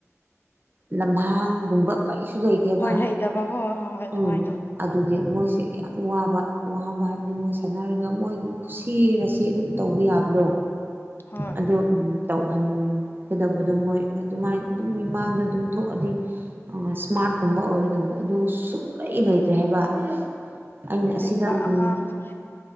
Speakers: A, on the right (about 40°); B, on the left (about 45°).
A: ꯂꯝꯍꯥꯡꯒꯨꯝꯕ ꯀꯩꯁꯨ ꯂꯩꯇꯦꯕ
B: ꯍꯣꯏ ꯂꯩꯇꯕ ꯍꯣꯏ ꯍꯣꯏ ꯍꯣꯏ ꯑꯗꯨꯃꯥꯏꯅ
A: ꯎꯝ
B: ꯇꯧꯕꯅꯤ
A: ꯑꯗꯨꯒꯤ ꯃꯣꯏ ꯌꯥꯝ ꯋꯥꯕ ꯋꯥꯕ ꯍꯥꯏꯕ ꯑ ꯃꯣꯏ ꯁꯥꯟꯅꯔꯒ ꯃꯣꯏꯒꯤ ꯄꯨꯁꯤꯔꯁꯤ ꯑꯗꯨꯝ ꯇꯧꯕ ꯌꯥꯕꯗꯣ
B: ꯍꯣꯏ
A: ꯑꯗꯣ ꯎꯝ ꯇꯧꯍꯟꯒꯗꯕꯗꯣ ꯃꯣꯏ ꯑꯗꯨꯃꯥꯏꯅ ꯑꯗꯨꯝ ꯃꯤꯃꯥꯡꯗ ꯑꯗꯨꯝ ꯊꯣꯛꯑꯗꯤ ꯑ ꯏꯁꯃꯥꯔꯠꯀꯨꯝꯕ ꯑꯣꯏꯒꯗꯕꯗ ꯑꯗꯨ ꯁꯨꯡꯂꯩ ꯂꯩꯇ꯭ꯔꯦ ꯍꯥꯏꯕ ꯑꯩꯅ
B: ꯑꯁꯦꯡꯕ
A: ꯑꯁꯤꯗ ꯎꯝ
B: ꯑꯉꯥꯡꯁꯤꯡ